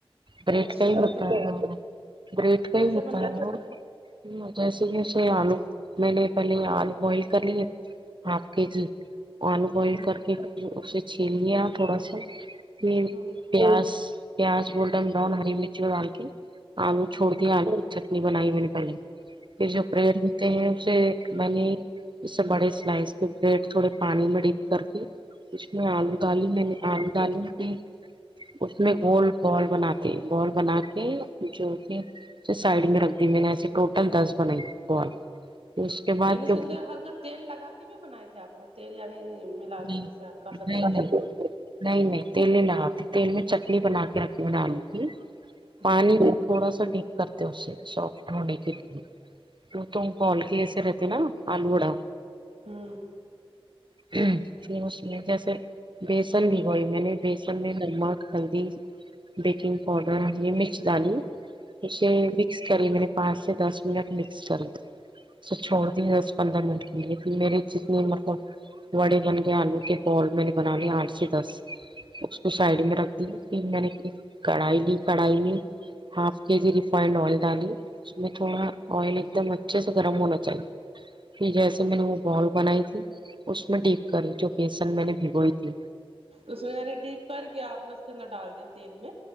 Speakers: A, on the right; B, on the right.
A: بریڈ
B: اچھا
A: کا ہی ہوتا
B: تو
A: ہے وہ بریڈ کا
B: کیسے
A: ہی ہوتا
B: بنایا
A: ہے
B: تھا
A: وہ ہوں جیسے جیسے آلو میں نے پہلے آلو بوائل کر لیے ہاں کے جی آلو بوائل
B: ہ
A: کر کے پھر اسے چھیل لیا تھوڑا سا پھر
B: ہ
A: پیاز پیاز گولڈن براؤن ہری مرچ ڈال کے آلو چھوڑ
B: ہ
A: دیا آلو چٹنی بنائی میں نے پہلے پھر جب
B: ہ
A: بریڈ تے سے ایک میں نے اس سے بڑے سلائز لی پھر تھوڑے پانی میں ڈپ کر کے اس میں آلو ڈالی میں نے آلو ڈالی پھر اس میں گول بال بناتے بال بناتے کے جو کہ سائڈ میں رکھ دی میں نے ایسے ٹوٹل دس بنائی بال اس کے بعد
B: یعنی اس
A: جو
B: کےاندر ہلکا تیل لگا کے کب بھی بنائے تھے آپ نے تیل یعنی ملا
A: نہیں
B: کے جیسے ہلکا سا
A: نہیں
B: تیل
A: نہیں
B: سی
A: نہیں نہیں تیل نہیں لگاتی تیل میں چٹنی بنا کے رکھی ہو آلو کی
B: ہوں
A: پانی تھوڑا سا ڈیپ کرتے اسے سافٹ ہونے کے لیے وہ تو پالکی ای سے رہتے نا آلو وڑا
B: ہوں
A: پھر اس میں جیسے بیسن بھگوائی میں نے بیسن میں نمک ہلدی بیکنگ پاؤڈر ہری میرچ ڈالی اسے مکس کری میں نے پانچ سے دس منٹ مکس کر اس چھوڑ جی دس پندرہ منٹ کے لیے میرے جتنے مطلب وڑے بن گئے آلو کے بول میں نے بنا لیا آٹھ سے دس اس کو سائڈ میں رکھ دی پھر میں نے کڑھائی لی کڑھائی میں ہاف کے جی ریفائنڈ آئل ڈالئے اس میں تھوڑا آئل ایک دم اچھے سے گرم ہونا چاہیے پھر جیسے میں نے وہ بال بنائی تھی اس میں ڈیپ کری جو بیسن میں نے بھگوئی تھی
B: اس میں یعنی ڈیپ کر کے آپ نے اس کے اندر ڈال دیا تیل میں